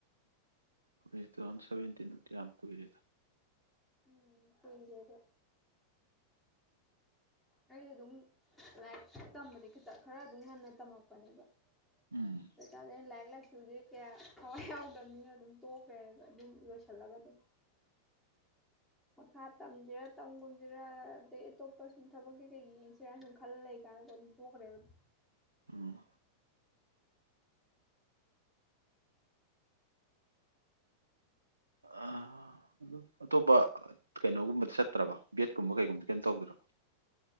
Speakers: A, on the right; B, in the centre.
A: ꯇꯨ ꯊꯥꯎꯖꯟꯁꯚꯦꯟꯇꯤꯟꯗꯤ ꯌꯥꯝ ꯀꯨꯏꯔꯦꯗ
B: ꯎꯝ ꯀꯨꯏꯔꯦꯕ ꯑꯩ ꯑꯗꯨꯝ ꯂꯥꯏꯔꯤꯛ ꯇꯝꯕꯗꯤ ꯈꯤꯇ ꯈꯔ ꯑꯗꯨꯝ ꯉꯟꯅ ꯇꯝꯃꯛꯄꯅꯦꯕ
A: ꯎꯝ
B: <inaudible> ꯂꯥꯏꯔꯤꯛ ꯂꯥꯏꯁꯨꯗꯤ ꯀꯌꯥ ꯊꯋꯥꯏ ꯌꯥꯥꯎꯗꯝꯅꯤꯅ ꯑꯗꯨꯝ ꯇꯣꯛꯈ꯭ꯔꯦꯕ ꯑꯗꯨꯝ ꯂꯣꯏꯁꯟ ꯍꯜꯂ ꯒ ꯗꯨꯝ ꯃꯈꯥ ꯇꯝꯁꯤꯔꯥ ꯇꯝꯒꯨꯝꯁꯤꯔ ꯑꯗꯩ ꯑꯇꯣꯞꯄ ꯁꯨꯝ ꯊꯕꯛ ꯀꯩ ꯀꯩ ꯌꯦꯡꯁꯤꯔꯥꯅ ꯁꯨꯝ ꯈꯜꯂ ꯂꯩ ꯀꯥꯟꯗꯀꯣ ꯑꯗꯨꯝ ꯊꯣꯛꯈ꯭ꯔꯦꯕ ꯗꯨꯝ
A: ꯎꯝ ꯑ ꯗꯨꯝ ꯑꯇꯣꯞꯄ ꯀꯩꯅꯣꯒꯨꯝꯕꯗꯤ ꯆꯠꯇ꯭ꯔꯕ ꯕꯦꯠꯀꯨꯝꯕ ꯀꯩꯒꯨꯝꯕꯗꯤ ꯀꯩꯝ ꯇꯧꯗ꯭ꯔꯕ